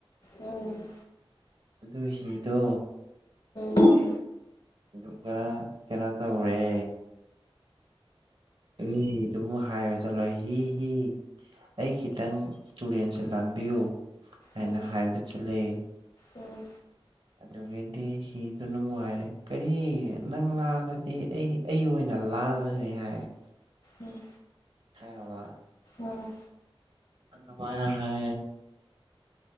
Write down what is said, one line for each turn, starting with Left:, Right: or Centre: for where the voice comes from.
Left: ꯎꯝ
Right: ꯑꯗꯨ ꯍꯤꯗꯣ
Left: ꯎꯝ
Right: ꯑꯗꯨꯒꯗꯨꯔꯒꯥ ꯀꯩꯅꯇ ꯎꯔꯦ ꯏ ꯍꯤꯗꯨ ꯑꯃꯨꯛ ꯍꯥꯏꯌꯨ ꯆꯠꯂꯣ ꯍꯤ ꯍꯤ ꯑꯩ ꯈꯤꯇꯪ ꯇꯨꯔꯦꯟꯁꯦ ꯂꯥꯟꯕꯤꯌꯨ ꯍꯥꯏꯅ
Left: ꯎꯝ
Right: ꯍꯥꯏꯕꯁꯨ ꯂꯩ
Left: ꯎꯝ
Right: ꯑꯗꯨꯒꯤ ꯍꯤꯗꯨꯅꯅꯨꯡꯉꯥꯏꯔꯦ ꯀꯔꯤ ꯅꯪ ꯂꯥꯜꯂꯗꯤ ꯑꯩ ꯑꯩ ꯑꯣꯏꯅ ꯂꯥꯜꯂ ꯂꯩ ꯍꯥꯏꯥꯏ
Left: ꯎꯝ
Right: ꯍ
Left: ꯎꯝ
Right: ꯗꯃꯥꯏꯅ ꯍꯥꯏ